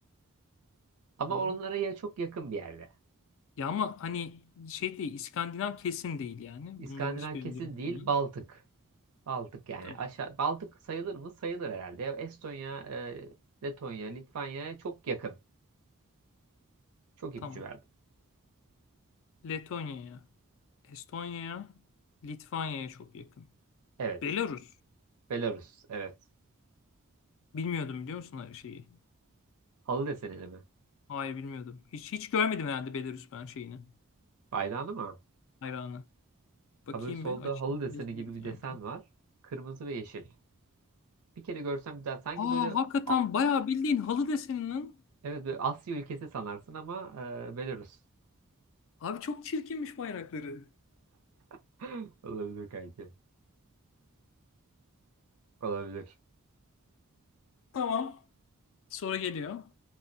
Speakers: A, on the right (about 80°); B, on the left (about 60°).
A: Ama
B: Hı.
A: onlara ya çok yakın bir yerde.
B: Ya ama hani şey değil İskandinav kesin değil yani.
A: İskandinav
B: Bunların hiçbirinde
A: kesin
B: yok
A: değil,
B: bunlar.
A: Baltık. Baltık yani
B: Tabii.
A: aşağı Baltık sayılır mı? Sayılır herhalde. Ya Estonya, e, Letonya, Litvanya'ya çok yakın. Çok ipucu
B: Tamam.
A: verdim.
B: Letonya'ya, Estonya'ya, Litvanya'ya çok yakın.
A: Evet.
B: Belarus.
A: Belarus. Evet.
B: Bilmiyordum biliyor musun her şeyi?
A: Halı desenili mi?
B: Hayır bilmiyordum. Hiç hiç görmedim herhalde Belarus ben şeyini.
A: Bayrağını mı?
B: Bayrağını. Bakayım
A: Ha böyle solda
B: bir açayım.
A: halı deseni
B: Yazıyor
A: gibi
B: internette.
A: bir desen var. Kırmızı ve yeşil. Bir kere görsem bir daha sanki
B: Aa
A: böyle
B: hakikaten
A: A-
B: bayağı bildiğin halı deseninin.
A: evet böyle Asya ülkesi sanarsın ama e, Belarus.
B: Abi çok çirkinmiş bayrakları.
A: <laughs> Olabilir kanki. Olabilir.
B: Tamam. Soru geliyor.